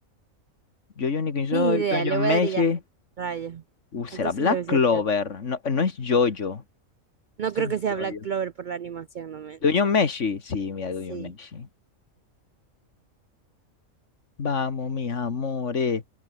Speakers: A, on the left (about 60°); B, on the right (about 60°).
A: Jojo Nikinsoi,
B: Ni idea,
A: Tonjon
B: le voy
A: Meshi.
B: a dar y ya. Rayo.
A: Uh, será
B: Entonces
A: Black
B: debe ser
A: Clover.
B: peor.
A: No, no es Jojo.
B: No
A: Eso
B: creo
A: no
B: que
A: es
B: sea
A: Jojo.
B: Black Clover por la animación, no me,
A: Dungeon
B: no se me.
A: Meshi. Sí, mira,
B: Sí,
A: Dungeon Meshi. Vamos, mis amores.